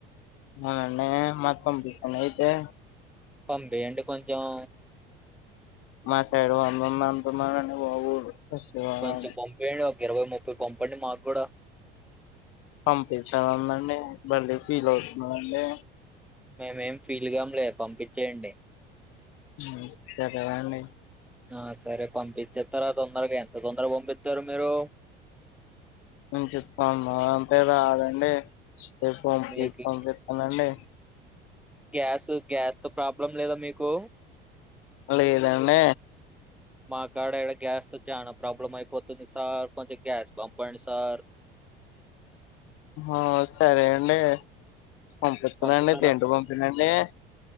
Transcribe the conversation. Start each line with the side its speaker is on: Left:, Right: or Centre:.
Left: అవునా అండీ మరి పంపిచండి అయ్తే
Centre: పంబంటడి కొంచం
Left: మా సైడ్ వంద ఉన్న అంటున్నారు అండీ బాబు శివ
Centre: పంచ పంపియాడు ఇరవై ముప్పై పంపండి మాకు కూడా
Left: పంపిస్తానుందండి మళ్ళీ ఫీల్ అవుతుండి
Centre: మేమేం ఫీల్గాంలేదు పంపించేయండి
Left: ఉమ్ సరే అండి
Centre: ఆ సరే పంపించేస్తారా తొందరగా ఎంత తొందరగా పంపిస్తారు మీరు
Left: నేను చెప్ ఉన్నా అంతే రాదండి రేపు పం
Centre: మీకు
Left: పంపిస్తానండి
Centre: గ్యాస్ గ్యాస్ త ప్రాబ్లం లేదా మీకు
Left: అలా ఏదాన్న
Centre: మా కాడ ఈడ గ్యాస్ తో చానా ప్రాబ్లం అయిపోతుంది సార్ కొంచెం గ్యాస్ పంపండి సార్
Left: ఆ సరే అండి పంపిస్తుందండి
Centre: పంపుతారా
Left: తింటూ పంపినండి